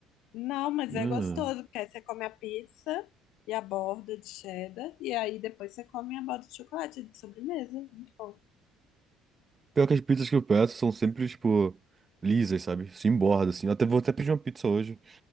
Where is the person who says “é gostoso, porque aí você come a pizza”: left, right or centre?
Left